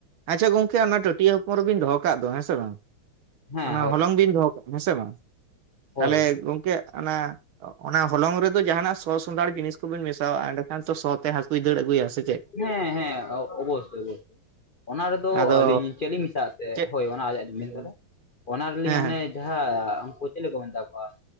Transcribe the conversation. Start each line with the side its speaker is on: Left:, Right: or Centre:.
Right: ᱟᱪᱷᱟ ᱜᱚᱝᱠᱮ ᱚᱱᱟ ᱴᱟᱹᱴᱭᱟᱹ ᱦᱚᱯᱚᱱ ᱨᱮᱵᱤᱱ ᱫᱚᱦᱚ ᱠᱟᱜ ᱫᱚ ᱦᱮᱸ ᱥᱮ ᱵᱟᱝ ᱾
Left: ᱦᱮᱸ
Right: ᱚᱱᱟ
Left: ᱦᱳᱭ
Right: ᱦᱚᱞᱚᱝ ᱵᱤᱱ ᱫᱚᱦᱚ ᱠᱟᱜᱼᱟ ᱦᱮᱸᱥᱮ ᱵᱟᱝ
Left: ᱦᱳᱭ
Right: ᱛᱟᱦᱞᱮ ᱜᱚᱝᱠᱮ ᱚᱱᱟ ᱚᱱᱟ ᱦᱚᱞᱚᱝ ᱨᱮᱫᱚ ᱡᱟᱦᱟᱱᱟᱜ ᱥᱚ ᱥᱚᱱᱫᱷᱟᱲ ᱡᱤᱱᱤᱥ ᱠᱚᱵᱚᱱ ᱢᱮᱥᱟᱣᱟᱜ ᱮᱸᱰᱮᱠᱷᱟᱱ ᱛᱚ ᱥᱚ ᱛᱮ ᱦᱟᱹᱠᱩᱭ ᱫᱟᱹᱲ ᱟᱹᱜᱩᱭᱟ᱾ ᱪᱮᱫ?
Left: ᱦᱮᱸ ᱦᱮᱸ ᱚᱵᱚᱥᱭ ᱚᱵᱚᱥᱭ᱾ ᱚᱱᱟ ᱨᱮᱫᱚ
Right: ᱟᱫᱚ
Left: ᱟᱹᱞᱤᱧ ᱪᱮᱫ ᱞᱤᱧ ᱢᱮᱥᱟᱜ ᱟᱥᱮ
Right: ᱪᱮᱫ
Left: ᱦᱳᱭ ᱚᱱᱟ ᱟᱡ ᱞᱤᱧ ᱢᱮᱱ
Right: ᱦᱮᱸ
Left: ᱫᱟ ᱚᱱᱟ ᱨᱮᱞᱤᱧ ᱦᱟᱱᱮ
Right: ᱦᱮᱸ
Left: ᱡᱟᱦᱟᱸ ᱟᱪᱪᱷᱟ ᱩᱱᱠᱩ ᱪᱮᱫ ᱠᱚ ᱢᱮᱛᱟ ᱠᱚᱣᱟ